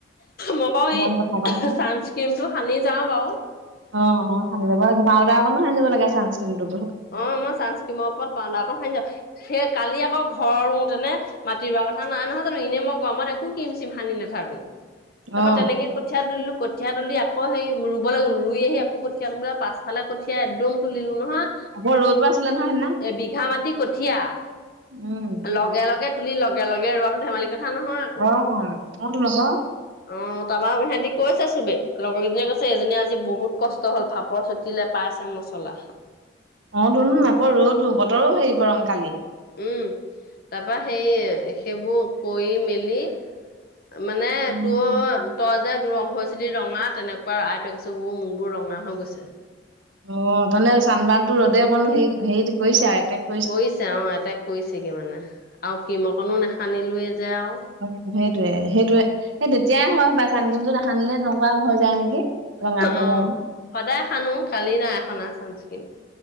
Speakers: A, on the left; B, on the right.
A: মই বাৰু
B: তেনেকে
A: এই চানস্ক্ৰীমতটো
B: কথা এটা হয়
A: সানি যাওঁ বাৰু।
B: অঁ অঁ নিব লাগে, পাওদা অকনো সানি যাব লাগে চানস্ক্ৰীমটোত।
A: অ মই ছানস্ক্ৰীম ওপৰত পাওঁদাৰ‌ অকন খানি যাওঁ, সেই কালি আকৌ ঘৰো তেনে। মাটি ৰোৱা কথা নাই নহয় জানো এনেই মই গমত একো ক্ৰীম চিম সানি নাথাকো, তাৰ
B: অ
A: পৰা তেনেকে- কঠীয়া তুলিলো কঠীয়া তুলি আকৌ সেই ৰুবলৈ গ'লো ৰুই আহি আক কঠীয়া পাছফালে। কঠীয়া একদম তুলিলোঁ নহয়।
B: আকৌ ৰদও আছিলে নহয় সেইদিনা।
A: এ বিঘা মাটি কঠীয়া।
B: উম।
A: লগে লগে তুলি লগে লগে ৰোৱাতটো ধেমালি কথা নহয়। আকৌ
B: অঁ ক তোন অক।
A: অ তাৰপা সিহঁতি কৈছে চবে লগৰ কেইজনীয়ে কৈছে এজনীয়ে আজি বহুত কষ্ট। ষ্ট হ'ল ফাপৰ চুটিলে পাইছে মছলা।
B: অ তন আকৌ ৰতো বতৰো হেৰি গৰম কালি।
A: উম, তাৰ পৰা সেই সেইবোৰ কৰি মেলি। মানে
B: উম।
A: তোৰ তই যে ৰ হৈছে। খিনি ৰঙা তেনেকুৱা আইট একছোৰ মনবোৰ ৰঙা হৈ গৈছে।
B: অ তনে চান্বানতো ৰ'দে আকৌ হে হেৰি কৰিছে আৰু এতেক।
A: কৰিছে অঁ এটেক কৰিছেগে মানে আৰু কিৰিম অকনো নেহানিলোৱে যে আৰু।
B: অঁ সেইটোয়ে সেইটোয়ে সেই তেতিয়াই হয় হপাই চানকিৰিম তো নাহানিলে তেনেকুৱা হৈ যায় নেকি? ৰঙা হৈ
A: অ
B: যায় ন।
A: সদায় সানো কালি নাই হানা চানচকিৰিম।